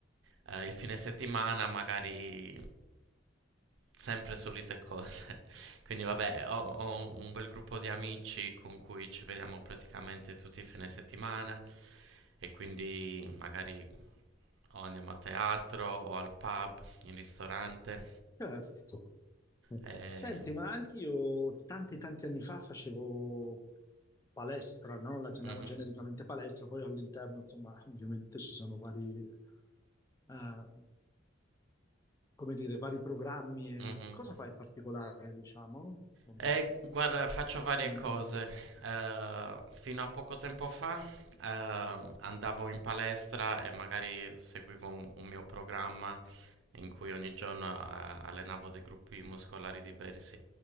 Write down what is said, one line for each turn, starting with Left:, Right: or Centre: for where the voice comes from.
Right: eh, il fine settimana magari sempre solite cose. <laughs> Quindi vabbè, ho, ho un bel gruppo di amici con cui ci vediamo praticamente tutti i fine settimana e quindi magari o andiamo a teatro o al pub, in ristorante.
Left: Certo. certo.
Right: Eh,
Left: Senti, ma anche io tanti tanti anni fa facevo palestra, no? La chiamiamo
Right: mhm,
Left: genericamente palestra, poi all'interno, insomma, <laughs> ovviamente ci sono vari, eh, come dire, vari programmi. E
Right: mhm.
Left: cosa fai in particolare, diciamo, come
Right: Eh, guarda, faccio varie
Left: allenamento?
Right: cose. Eh, fino a poco tempo fa, eh, andavo in palestra e magari seguivo un, un mio programma in cui ogni giorno, eh, allenavo dei gruppi muscolari diversi.